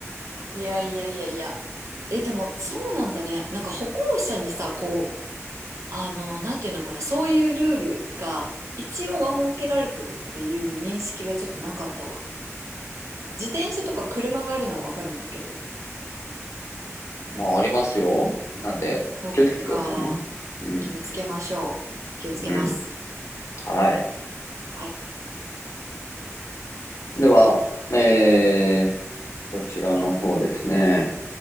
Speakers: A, on the right (about 80°); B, on the left (about 75°).
A: いやいやいやいや。え、でもそうなんだね。なんか歩行者にさ、こう、あの、なんていうのかな、そういうルールが一応は設けられてるっていう認識がちょっとなかったわ。自転車とか車があるのはわかるんだけど。
B: まあ、ありますよ。なんで、
A: そっか。
B: 気をつけてくださいね。うん、
A: 気をつけましょう。気をつけます。
B: うん、はい。
A: はい。
B: では、えー、こちらの方ですね。